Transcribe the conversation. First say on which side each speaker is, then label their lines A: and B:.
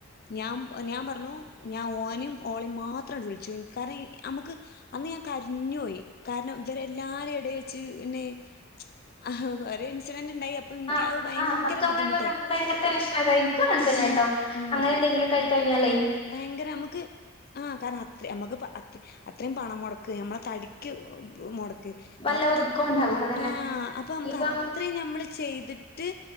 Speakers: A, on the left; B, on the left.
A: ഞാൻ ഞാൻ പറഞ്ഞു ഞാൻ ഓനും ഓളയും മാത്രമായിട്ടാ വിളിച്ചത് കാരണം നമ്മക് അന്ന് ഞാൻ കരഞ്ഞു പോയി. കാരണം ഇവരെല്ലാരു ടെ മുമ്പിൽ വെച്ച് പിന്നെ ആഹ് ഒരു ഇൻസിഡന്റ് ഉണ്ടായി എനിക്ക്
B: ആ
A: അത് ഭയങ്കര
B: ആഹ് നമുക്ക് അങ്ങനെ
A: ബുദ്ധിമുട്ടായി
B: ഭയങ്കര ടെൻഷൻ ഇരിക്ക എനിക്ക് മനസിലായിട്ടോ
A: ഉം ഉം
B: അങ്ങനെ എന്തെങ്കിലും ക്കായി കഴിഞ്ഞാലെ
A: ഭയങ്കര നമുക്ക് ആ കാറ റ്റ് നമുക്ക് അത്ര അത്രയും പണം മുടക്ക് നമ്മളെ തടിക്ക് മുടക്ക്
B: വല്ല
A: മൊത്തം
B: ഒതുക്കം ഉണ്ടാവും അതന്നെ
A: ആഹ് അപ്പൊ നമുക്ക്
B: ഇനിപ്പം
A: അത്രയും നമ്മള് ചെയ്തിട്ട്